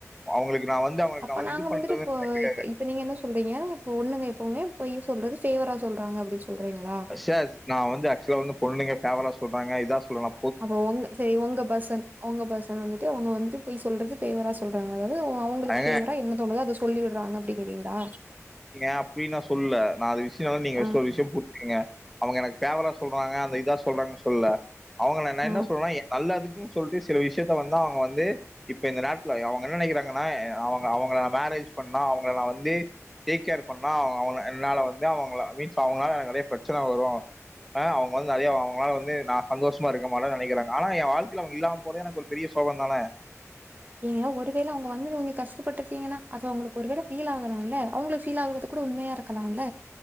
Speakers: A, in the centre; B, on the right (about 30°).
A: அவுங்களுக்கு நா வந்து இந்த அவனுக்கு
B: அப்ப
A: நா வந்து
B: நாங்க
A: இது பண்றதுன்ன
B: வந்துட்டு
A: நெனக்கிறாரு
B: இப்ப இப்ப இப்போ நீங்க என்ன சொல்றீங்க இப்போ பொண்ணுங்க எப்பவுமே பொய் சொல்றது ஃபேவரா சொல்றாங்க அப்டினு சொல்றீங்களா
A: செ நா வந்து ஆக்சுவலா வந்து பொண்ணுங்க ஃபேவரா சொல்றாங்க இதா சொல்றா
B: அப்ப உங்க செரி உங்க பசங் உங்க பசங்க வந்துட்டு அவங்க வந்துட்டு பொய் சொல்றது ஃபேவரா சொ சொல்றாங்க அதாவது அவங்களுக்கு
A: ஏங்க
B: ஃபேவரா என்ன தோணுதுதோ அத சொல்லிடுறாங்க அப்படிங்கறீங்களா
A: ஏன் அப்டின்னு சொல்ல நா அது விஷயோ நீங்க
B: ஆ
A: சில விஷ்ய பு அவங்க எனக்கு ஃபேவரா சொல்றாங்க அந்த இதா சொல்றாங்கன்னு சொல்லல அவங்க நா என்ன
B: ஆ
A: சொல்றன்ன நல்லதுக்குன்னு சொல்லிட்டு சில விஷயத்த வந்து அவங்க வந்து இப்ப இந்த நேரத்துல அவங்க என்ன நெனக்கிறாங்கன் ஆ அவங்க அவங்க மேரேஜ் பண்ணா அவங்கள நா வந்து டேக் கேர் பண்ணா அவங்க என்னால வந்து அவங்க மீன்ஸ் அவங்களால நெறைய பிரச்சன வரும் ஆ அவங்க வந்து நெறைய அவங்களால வந்து நா சந்தோஷமா இருக்க மாட்டேனு நெனக்கிறாங்க ஆன எ வாழ்க்கைல அவங்க இல்லாம போனது எனக்கு பெரிய சோகம் தானே
B: ஏங்க ஒருவேல அவங்க வந்து நீங்க கஷ்டப்பட்டுடிங்கன்னா அது அவங்களுக்கு ஒரு வேல ஃபீல் ஆகலாம்ல அவங்களுக்கு ஃபீல் ஆகுறதுக்கு கூட உண்மையா இருக்கலாம்ல